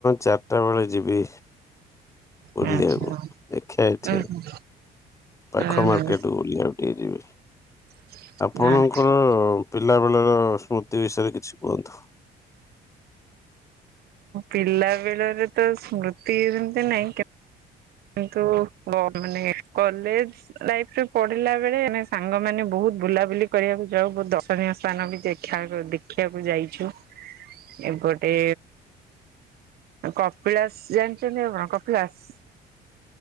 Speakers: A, on the left; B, on the right.
A: ଚାରିଟା ବେଳେ ଯିବି। ବୁଲି-କୁ,
B: ଆଚ୍ଛା ଉଁ
A: ଦେଖିଆ ଏଠି
B: ହୁଁ
A: ପାଖ
B: ଉଁ ହୁଁ
A: ମାର୍କେଟ୍ ବୁଲିଆ ଟିକେ ଜିବି।
B: <inaudible>
A: ଆପଣଙ୍କର
B: ଆଚ୍ଛା।
A: ପିଲାବେଳର ସ୍ମୃତି ବିଷୟରେ କିଛି କୁହନ୍ତୁ।
B: ପିଲା ବେଳରେ ତ ସ୍ମୃତି ଯେମିତି ନାଇଁ କେ କିନ୍ତୁ ମାନେ କଲେଜ ଲାଇଫ୍ରେ ପଢିଲା ବେଳେ ଆମ ସାଙ୍ଗମାନେ ବହୁତ ବୁଲାବୁଲି କରିବାକୁ ଯାଉ ବହୁତ ଦର୍ଶନୀୟ ସ୍ଥାନ ବି ଦେଖ ଦେଖିବାକୁ ଯାଇଛୁ। ଏପଟେ କପିଳାସ ଜାଣିଛନ୍ତି ଆପଣ କପିଳାସ